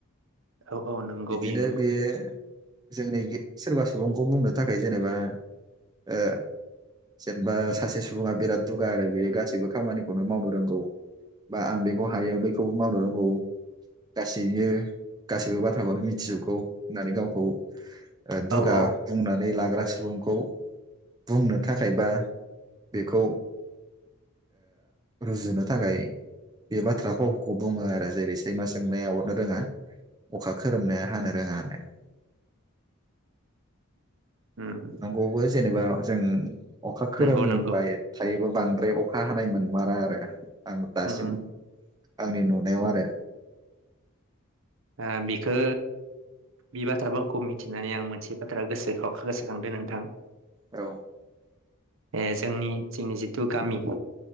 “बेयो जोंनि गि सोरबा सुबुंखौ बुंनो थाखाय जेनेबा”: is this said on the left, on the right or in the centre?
Right